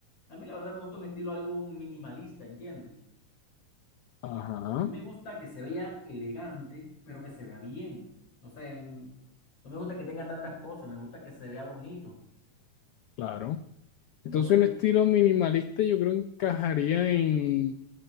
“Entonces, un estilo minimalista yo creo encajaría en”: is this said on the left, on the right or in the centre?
Left